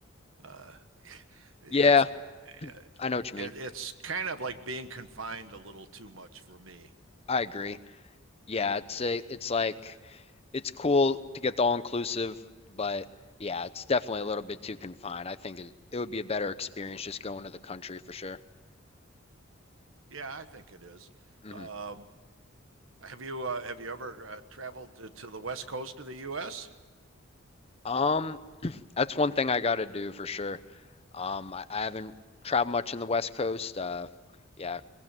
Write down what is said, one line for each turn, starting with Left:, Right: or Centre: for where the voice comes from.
Right: Uh, <laughs> it's
Left: Yeah,
Right: uh,
Left: I know what you mean.
Right: it, it's kind of like being confined a little too much for me.
Left: I agree. Yeah, it's a, it's like it's cool to get the all inclusive, but yeah, it's definitely a little bit too confined. I think it, it would be a better experience just going to the country for sure.
Right: Yeah, I think it is.
Left: hmm
Right: Um, have you uh, have you ever uh, traveled to, to the west coast of the U.S.?
Left: Um, that's one thing I gotta do for sure. Um, I, I haven't traveled much in the West Coast. Uh, yeah,